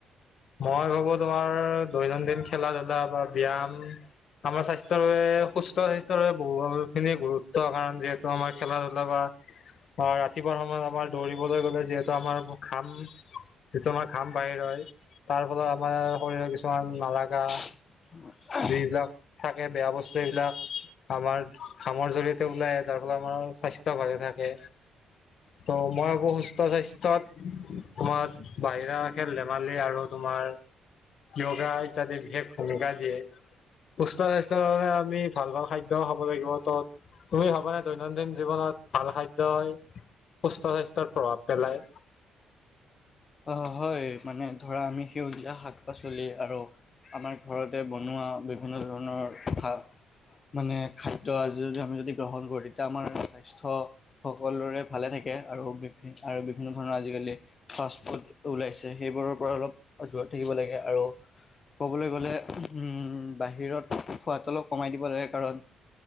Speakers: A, on the left (about 60°); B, on the left (about 35°).
A: মই ভাবো তোমাৰ দৈনন্দিন খেলা ধূলা বা ব্যায়াম আমাৰ স্বাস্থ্যৰ বাবে সুস্থ স্বাস্থ্যৰ বাবে বহু খিনি গুৰুত্ব কাৰণ যিহেতু আমাৰ খেলা ধূলা বা ৰাতিপুৱা সময়ত আমাৰ দৌৰিবলৈ গলে যিহেতু আমাৰ ঘাম যিটো আমাৰ ঘাম বাহিৰ হয়। তাৰ ফলত আমাৰ শৰীৰৰ কিছুমান নালাগা
B: <unintelligible>
A: যিবিলাক থাকে বেয়া বস্তু সেইবিলাক আমাৰ ঘামৰ জৰিয়তে ওলাই যাৰ ফলত আমাৰ স্বাস্থ্য ভালে থাকে ত' মই ভাবো সুস্থ স্বাস্থ্যত তোমাৰ বাহিৰা খেল ধেমালি আৰু তোমাৰ যয়োগা ইত্যাদি বিশেষ ভূমিকা দিয়ে সু স্বাস্থ্যৰ বাবে আমি ভাল ভাল খাদ্য খাব লাগিব তত তুমি ভাবানে দৈনন্দিন জীৱনত ভাল খাদ্যই সুস্থ স্বাস্থ্যৰ প্ৰভাৱ পেলায়।
B: অ হয় মানে ধৰা আমি সেউজীয়া শাক পাচলি আৰু আমাৰ ঘৰতে বনোৱা বিভিন্ন ধৰণৰ কথা মানে খাদ্য আজি যদি আমি যদি গ্ৰহণ কৰোঁ তেতিয়া আমাৰ স্বাস্থ্য সকলোৰে ভালে থাকে আৰু বি আৰু বিভিন্ন ধৰণৰ আজিকালি ফা ওলাইছে সেইবোৰৰ পৰা অলপ দূৰত থাকিব লাগে আৰু ক'বলৈ গ'লে উম বাহিৰত খোৱাদ অলপ কমাই দিব লাগে কাৰণ